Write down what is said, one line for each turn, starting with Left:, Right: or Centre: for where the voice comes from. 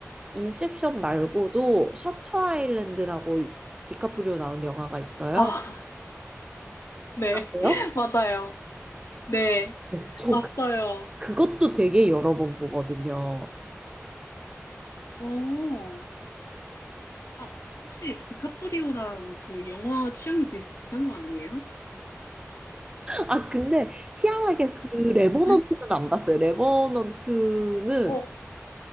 Right: 인셉션 말고도 셔터 아일랜드라고 이- 디카프리오 나온 영화가 있어요.
Left: 아, <laughs> 네.
Right: 아세요?
Left: <laughs> 맞아요. 네.
Right: 네, 저
Left: 봤어요.
Right: 그- 그것도 되게 여러 번 보거든요.
Left: 오. 아, 혹시 디카프리오랑 그 영화 취향이 비슷한 거 아니에요?
Right: 아 근데 희한하게 그 레버넌트는
Left: <laughs>
Right: 안 봤어요. 레버넌트는
Left: 어,